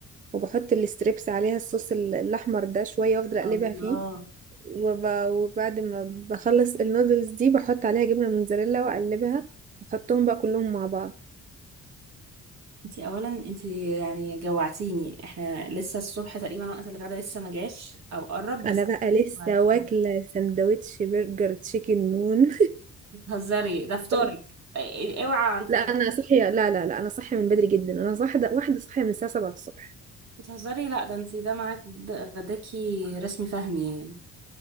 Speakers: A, on the right (about 25°); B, on the right (about 60°).
A: وبحط الستريبس عليها الصوص ال- الاحمر ده شويه وافضل اقلبها
B: الله
A: فيه وب... وبعد ما بخلص النودلز دي بحط عليها جبنه موتزاريلا واقلبها واحطهم بقى كلهم مع بعض
B: انتي اولا انتي يعني جوعتيني احنا لسه الصبح تقريبا وقت الغدا لسه ما جاش او قرب بس
A: انا بقى لسه
B: جوعتيني.
A: واكله سندوتش برجر تشيكن مون
B: بتهزري ده فطارك
A: <laughs>
B: ايه- إيه، اوعى على الفطار
A: لا انا صحيه لا لا لا انا صحيه من بدري جدا انا واحده واحده صحيه من الساعه 7 الصبح
B: بتهزري لا ده انتي ده معاك ده غداكي رسمي فهمي يعني